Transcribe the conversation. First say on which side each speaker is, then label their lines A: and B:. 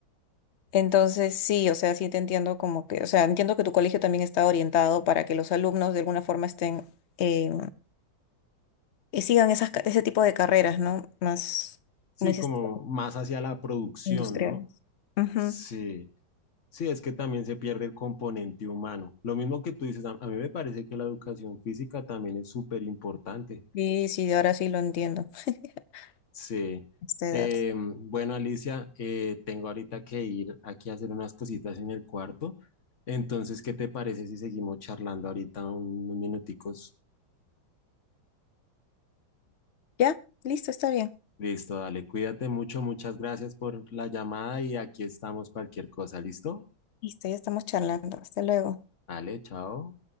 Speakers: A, on the left; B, on the left.
A: Entonces, sí, o sea, sí te entiendo como que, o sea, entiendo que tu colegio también está orientado para que los alumnos de alguna forma estén, eh, eh, sigan esas, ca- ese tipo de carreras, ¿no? Más,
B: Sí,
A: muy este,
B: como más hacia la producción,
A: industriales.
B: ¿no?
A: Ujú.
B: Sí, sí, es que también se pierde el componente humano. Lo mismo que tú dices, a a mí me parece que la educación física también es súper importante.
A: Sí, sí, ahora sí lo entiendo, <laughs>
B: Sí.
A: a esta edad.
B: Eh, bueno, Alicia, eh, tengo ahorita que ir aquí a hacer unas cositas en el cuarto. Entonces, ¿qué te parece si seguimos charlando ahorita un- unos minuticos?
A: Ya, listo, está bien.
B: Listo, dale, cuídate mucho, muchas gracias por la llamada y aquí estamos cualquier cosa, ¿listo?
A: Listo, ya estamos charlando. Hasta luego.
B: Dale, chao.